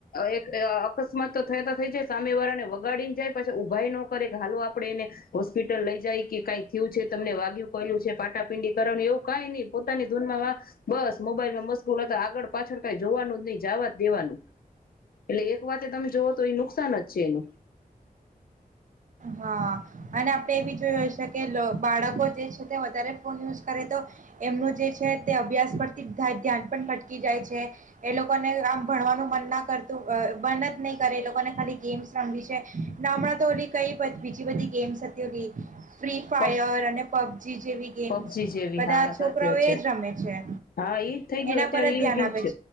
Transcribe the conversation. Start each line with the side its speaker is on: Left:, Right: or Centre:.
Left: એક અકસ્માત તો થયાતા થઈ જાય સામે વાળાને વગાડી ને જાય પછી ઉભાાઈ ન કરે કે હાલો આપડે એને, હોસ્પિટલ લઈ જાય કે કઈ થયું છે તમને વાગય્યું કલું છે પાટાપીંડી કરવાનું એવું કઈ નહી, પોતાની ધૂનમાં બસ મોબાઈલમાં મશકૂલ હતા આગળ પાછળ કઈ જોવાનું જ નહી જવા જ દેવાનું. એટલે એક વાતે તમે જોવો તો એ નુકસાન જ છે એનું.
Right: હા અને આપણે એ બી જોયું હશે કે બાળકો જે છે તે વધારે ફોન યુઝ કરે તો, એમનું જે છે તે અભ્યાસ પરથી ધ્યાન પણ ભટકી જાય છે, એ લોકોને આમ ભણવાનું મન ના કરતું મન જ નહીં કરે એ લોકોને ખાલી ગેમ્સ રમી છે, ના હમણાં તો ઓલી કઈ બીજી બધી ગેમ્સ હતી ફ્રી ફાયર
Left: પબજી
Right: અને જેવી ગેમ્સ
Left: જેવી
Right: બધા
Left: હા
Right: છોકરાઓ
Left: સાચીત છે,
Right: એ જ રમે છે
Left: હા એજ થઈ ગયું
Right: એના
Left: અત્યારે
Right: પર જ
Left: એ
Right: ધ્યાન
Left: ગેમ
Right: આપે
Left: છે,